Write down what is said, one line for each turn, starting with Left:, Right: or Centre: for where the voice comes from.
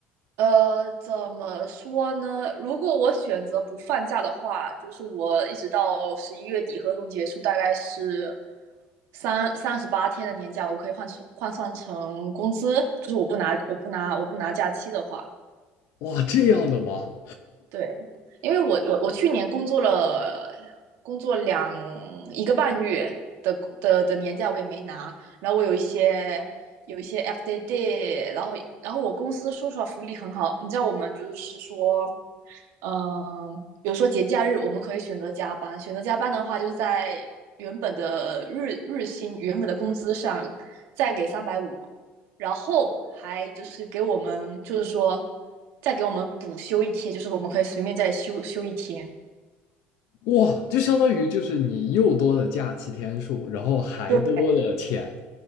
Right: 呃，怎么说呢？如果我选择不放假的话，就是我一直到十一月底合同结束，大概是三三十八天的年假，我可以换算换算成工资，就是我不拿我不拿我不拿假期的话，
Left: 哇，这样的吗？
Right: 对，因为我我我去年工作了工作两一个半月的的的年假我也没拿，然后我有一些有一些 F d a d 然后然后我公司说实话福利很好，你知道我们就是说，嗯、比如说节假日我们可以选择加班，选择加班的话就是在原本的日日薪原本的工资上再给三百五，然后还就是给我们就是说再给我们补休一天，就是我们可以随便再休休一天。
Left: 哇，就相当于就是你又多了假期天数，然后还多了钱。
Right: 对